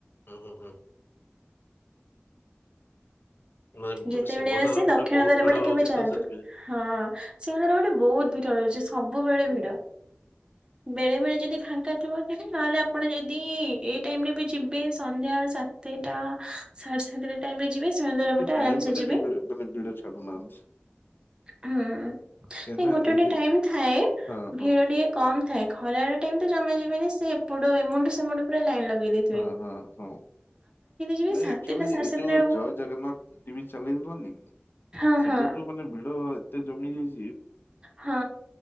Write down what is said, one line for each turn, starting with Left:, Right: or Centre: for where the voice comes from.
Left: ହୁଁ ହୁଁ ହୁଁ। ନାଇଁ
Right: ଯେତେବେଳେ
Left: ସିଂହଦ୍ୱାର
Right: ଆସିବେ
Left: ପଟେ
Right: ଦକ୍ଷିଣ
Left: ବହୁତ
Right: ଦ୍ୱାର
Left: ଭିଡ
Right: ପଟେ
Left: ରହୁଛି
Right: କେବେ ଯାଆନ୍ତୁ।
Left: ତ ସେଥିପାଇଁ।
Right: ହଁ ସିଂହଦ୍ୱାର ପଟେ ବହୁତ ଭିଡ ରହୁଛି ସବୁବେଳେ
Left: ହୁଁ
Right: ଭିଡ।
Left: <inaudible>
Right: ବେଳେ ବେଳେ ଯଦି ଫାଙ୍କା ଥିବ ଯିବେ ନହେଲେ ଆପଣ ଯଦି ଏଇ ଟାଇମ ରେ ବି ଯିବେ ସନ୍ଧ୍ୟା ସା ଦିଟା ସାଢେ ସାତଟା ଟାଇମ ରେ ଯିବେ ସିଂହଦ୍ୱାର ପଟେ
Left: ଟାଇମ
Right: ଆରାମସେ
Left: ଗଲେ
Right: ଯିବେ
Left: ବି ଭିଡ଼ ମାନେ ଭିଡ଼ ଛାଡୁନାହାନ୍ତି।
Right: ହୁଁ ନାଇଁ
Left: କାହିଁକିନା
Right: ଗୋଟେ
Left: ଏ
Right: ଗୋଟେ
Left: ଯେ
Right: ଟାଇମ ଥାଏ
Left: ହଁ ହଁ
Right: ଭିଡି କେ କମ୍ ଥାଏ ଖରାଏଳ ଟାଇମ୍ ତ ଜମା ଯିବେନି ସେ ଏପଟୁ ଏମୁଣ୍ଡୁ ସେମୁଣ୍ଡ ପୁରା ଲାଇନ୍ ଲଗେଇ ଦେଇ
Left: ହଁ ହଁ ହଁ
Right: ଯିବେ
Left: ନାଇଁ
Right: ସାତଟା
Left: ଆକ୍ଚୁଆଲି
Right: ସାଢେ
Left: ଏ
Right: ସାତଟା
Left: ଯୋଉ
Right: ବେଳକୁ
Left: ଜୟ ଜଗନ୍ନାଥ ଟି ଭି ଚ୍ୟାନେଲ ଦୋଊନି କି
Right: ହଁ
Left: ସେପଟୁ
Right: ହଁ
Left: ମାନେ ଭିଡ ଏତେ ଜମି ଯାଇଚି
Right: ହଁ।